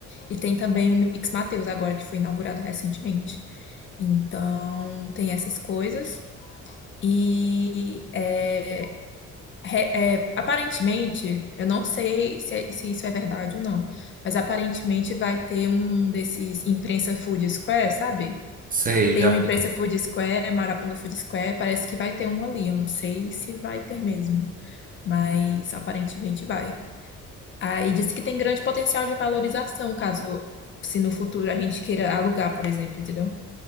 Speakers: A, on the left; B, on the right.
A: E tem também o Mix Mateus agora, que foi inaugurado recentemente. Então, tem essas coisas. E é, re- é, aparentemente, eu não sei se, é, se isso é verdade ou não, mas aparentemente vai ter um desses imprensa Food Square, sabe?
B: Sei,
A: Tem
B: eu já
A: o
B: vi.
A: imprensa Food Square, Maraponga Food Square, parece que vai ter um ali. Eu não sei se vai ter mesmo, mas aparentemente vai. Aí disse que tem grande potencial de valorização, caso se no futuro a gente queira alugar, por exemplo, entendeu?